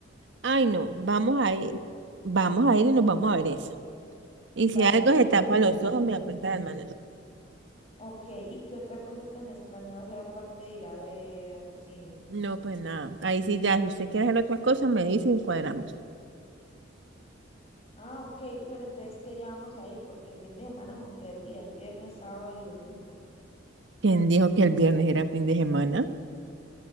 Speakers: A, on the right; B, on the left.
A: ay no, vamos a ir, vamos a ir y nos vamos a ver esa. Y
B: Vale,
A: si algo
B: ¿y
A: se tapa
B: qué, ot-
A: los ojos, me aprieta las manos.
B: ok, ¿y qué otra cosa tenés planeado hacer aparte de ir a ver cine?
A: No, pues nada, ahí sí ya, si usted quiere hacer otra cosa, me dice y encuadramos.
B: Ah, ok, pero entonces, ¿qué día vamos a ir? Porque el fin de semana son tres días, viernes, sábado y domingo.
A: ¿Quién dijo que el viernes era fin de semana?